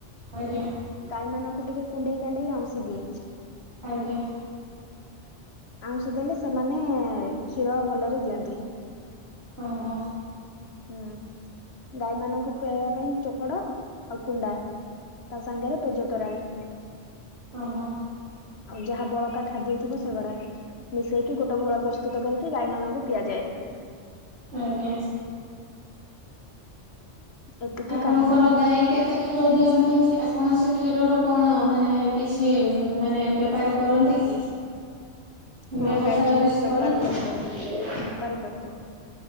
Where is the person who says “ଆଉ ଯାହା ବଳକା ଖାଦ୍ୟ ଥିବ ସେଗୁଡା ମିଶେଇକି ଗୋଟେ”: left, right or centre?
Left